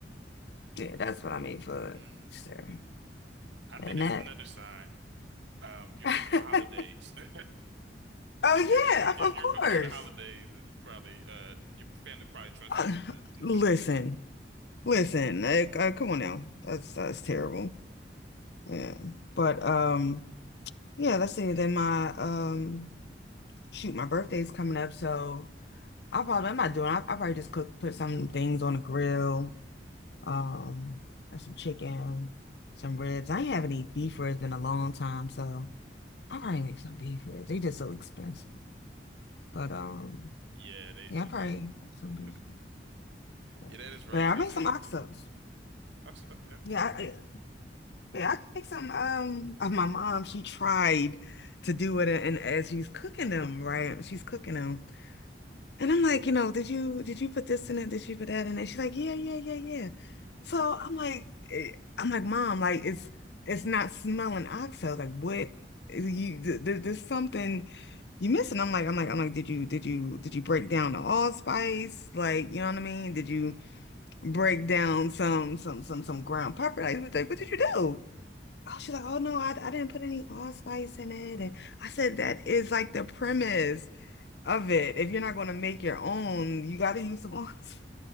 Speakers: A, on the left (about 65°); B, on the right (about 85°).
A: Yeah, that's what I made for
B: Hmm.
A: Easter.
B: I think
A: And
B: that's
A: that
B: another sign. Um, you're
A: <laughs>
B: cooking on holidays.
A: Oh
B: <laughs>
A: yeah,
B: If you're if you're
A: of of
B: if you're
A: course.
B: cooking on the holidays, then you probably uh your family probably trusts
A: Uh,
B: you to.
A: Listen, listen, like, uh, come on now. That's that's terrible. Yeah. But um Yeah, that's it. Then my um
B: Mhm.
A: shoot, my birthday's coming up, so I probably I'm not doing. I, I probably just cook, put some things on the grill,
B: Mhm.
A: um, and some chicken, some ribs. I ain't have any beef ribs in a long time, so I probably make some beef ribs. They just so expensive,
B: Okay.
A: but um,
B: Yeah, they,
A: yeah,
B: they
A: I probably
B: do.
A: make some
B: <laughs>
A: beef. Yeah,
B: Yeah, that is right.
A: But I
B: You did
A: make
B: say
A: some
B: your
A: oxtails.
B: birthday coming up though. I said okay.
A: Yeah, I, I- yeah, I can make some. Um, uh, my mom she tried to do it, and as she's cooking them, right, she's cooking them. And I'm like, you know, did you did you put this in it? Did you put that in it? She's like, yeah, yeah, yeah, yeah. So I'm like, eh, I'm like, Mom, like it's it's not smelling oxo. Like what you
B: Mm.
A: th th- there's something you missing. I'm like, I'm like, I'm like, did you did you did you break down the allspice? Like, you know what I mean? Did you
B: Mm.
A: break down some some some some ground pepper? Like, what, like, what did you do? Oh, she's like, oh no, I, I didn't put any allspice in it. And I said, that is like the premise of
B: Yeah.
A: it. If you're not going to make your own, you got to use the ones.